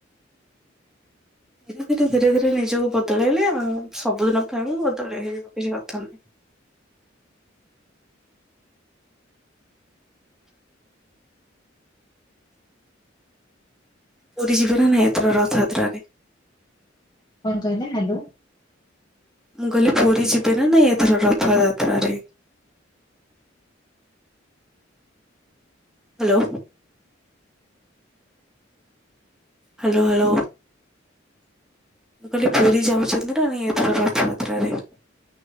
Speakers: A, in the centre; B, on the left.
A: ହାଲୋ। ଧୀରେ ଧୀରେ ଧୀରେ ଧୀରେ ନିଜକୁ ବଦଳେଇଲେ ଆ ସବୁଦିନ ପାଇଁ ବି ବଦଳେଇ ହେଇଯିବ କିଛି କଥା ନାହିଁ। <inaudible> ପୁରୀ ଯିବ ନା ନାହିଁ ଏଥର ରଥଯାତ୍ରାରେ।
B: କଣ କହିଲେ ହାଲୋ।
A: ମୁଁ କହିଲି ପୁରୀ ଯିବେ ନା ନାଇଁ ଏଥର ରଥଯାତ୍ରାରେ। <inaudible> ହାଲୋ। Hello hello. ମୁଁ କହିଲି ପୁରୀ ଯାଉଛନ୍ତି ନା ନାଇଁ ଏଥର ରଥଯାତ୍ରାରେ।